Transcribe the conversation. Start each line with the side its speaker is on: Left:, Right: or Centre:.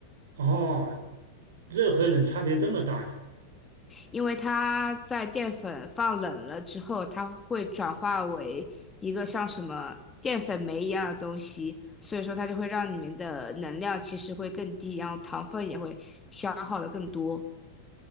Right: 哦，热和冷差别这么大呀？
Left: 因为它在淀粉放冷了之后，它会转化为一个像什么淀粉酶一样的东西，所以说它就会让里面的能量其实会更低，然后糖分也会消耗的更多。